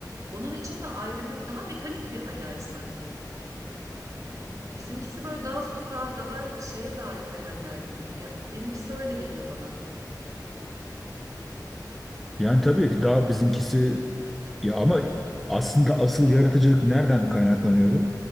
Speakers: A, on the right (about 50°); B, in the centre.
A: Onun için de ayrı bir daha mekanik bir hayal sanki. Hani bizimkisi böyle daha sokağa, daha şeye dair hayallerdi gibi. Ya, benimkisi öyle geliyor bana.
B: Yani tabii daha bizimkisi ya ama aslında asıl yaratıcılık nereden kaynaklanıyordu?